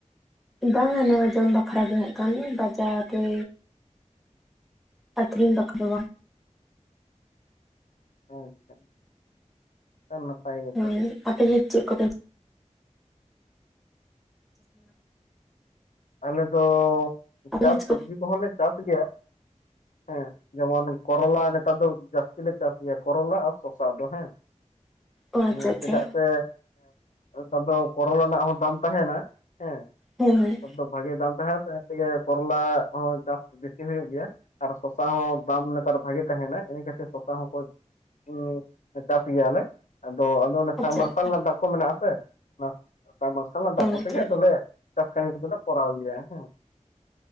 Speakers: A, in the centre; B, on the left.
A: ᱵᱟᱝᱟ ᱱᱮ ᱡᱚᱢ ᱵᱟᱠᱷᱨᱟ ᱜᱮ ᱦᱟᱸᱜ ᱠᱷᱟᱱ ᱵᱟᱡᱟᱨ ᱨᱮ ᱟᱹᱷᱨᱤᱧ ᱵᱟᱠᱷᱨᱟ ᱫᱚ ᱵᱟᱝ᱾
B: ᱟᱪᱪᱷᱟ᱾ ᱛᱟ ᱱᱟᱯᱟᱭ ᱜᱮ᱾
A: ᱦᱮᱸ ᱟᱯᱮ ᱜᱮ ᱪᱮᱫ ᱠᱚᱯᱮ
B: ᱟᱞᱮ ᱫᱚ
A: ᱟᱯᱮ
B: ᱪᱟᱥ
A: ᱪᱮᱫ
B: ᱥᱚᱵᱡᱤ
A: ᱠᱚ
B: ᱠᱚᱦᱚᱸᱞᱮ ᱪᱟᱥ ᱜᱮᱭᱟ ᱦᱮᱸ᱾ ᱡᱮᱢᱚᱱ ᱠᱚᱨᱚᱞᱟ ᱱᱮᱛᱟᱨ ᱫᱚ ᱡᱟᱹᱥᱛᱤ ᱞᱮ ᱪᱟᱥ ᱜᱮᱭᱟ ᱠᱚᱨᱚᱞᱟ ᱟᱨ ᱥᱚᱥᱟ ᱫᱚ ᱦᱮᱸ᱾
A: ᱚ
B: ᱮᱸ
A: ᱟᱪᱪᱷᱟ ᱟᱪᱪᱷᱟ
B: ᱪᱮᱫᱟᱜ ᱥᱮ ᱱᱮᱛᱟᱨ ᱫᱚ ᱠᱚᱨᱚᱱᱟᱜ ᱦᱚᱸ ᱫᱟᱢ ᱛᱟᱦᱮᱸᱱᱟ ᱦᱮᱸ᱾
A: ᱦᱳᱭ ᱦᱳᱭ᱾
B: <unintelligible> ᱵᱷᱟᱜᱮ ᱫᱟᱢ ᱛᱟᱦᱮᱸᱱᱟ ᱤᱱᱟᱹᱜ ᱛᱮᱜᱮ ᱠᱚᱨᱞᱟ ᱦᱚᱸ ᱪᱟᱥ ᱵᱮᱥᱤ ᱦᱩᱭᱩᱜ ᱜᱮᱭᱟ᱾ ᱟᱨ ᱥᱚᱥᱟ ᱦᱚᱸ ᱫᱟᱢ ᱱᱮᱛᱟᱨ ᱵᱷᱟᱜᱮ ᱛᱟᱦᱮᱱᱟ ᱤᱱᱟᱹ ᱠᱷᱟᱹᱛᱤᱨ ᱥᱚᱥᱟ ᱦᱚᱸᱠᱚ ᱚ ᱪᱟᱥ ᱜᱮᱭᱟᱞᱮ ᱟᱫᱚ ᱟᱫᱚ ᱚᱱ ᱥᱟᱢ
A: ᱟᱪᱪᱷᱟ
B: ᱢᱟᱨᱥᱟᱞ
A: ᱟᱪᱪᱷᱟ
B: ᱨᱮᱱᱟᱜ ᱫᱟᱜ ᱠᱚ ᱢᱮᱱᱟᱜᱼᱟᱥᱮ ᱚᱱᱟ ᱥᱟᱵᱢᱟᱨᱥᱟᱞ ᱨᱮᱱᱟᱜ ᱫᱟᱜ
A: ᱚ
B: ᱠᱚᱛᱮᱜᱮᱟᱞᱮ
A: ᱟᱪᱪᱷᱟ
B: ᱪᱟᱥ ᱠᱟᱹᱢᱤ ᱠᱚᱫᱚᱞᱮ ᱠᱚᱨᱟᱣ ᱜᱮᱭᱟ ᱦᱮᱸ᱾